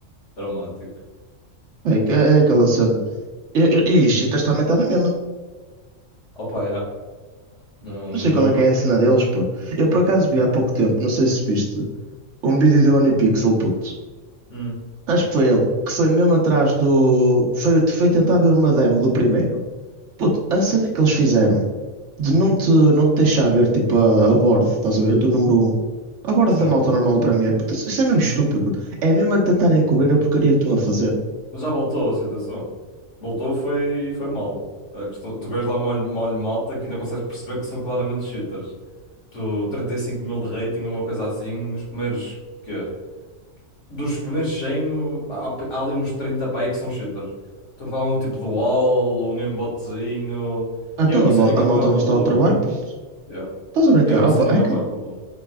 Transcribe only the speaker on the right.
É, que- é aquela cena. Eu- eu- E isto cheaters também está na mesma.
Não sei
qual é
que é a cena deles, puto. Eu por acaso vi há pouco tempo, não sei se viste, um vídeo do OnePixel, puto.
Acho que foi ele. Que foi mesmo atrás do. Foi, foi tentar ver uma demo do primeiro. Puto, a cena que eles fizeram de não te, não te deixar ver tipo a, a bordo, estás a ver, do número um, a bordo
da malta normal do Premier, puto, isso é mesmo
estúpido, puto. É mesmo a tentarem cobrir a porcaria que estão a fazer.
Então
a,
mal-
a
malta
não
está ao trabalho, puto.
Estás a brincar?
Opa,
é
que,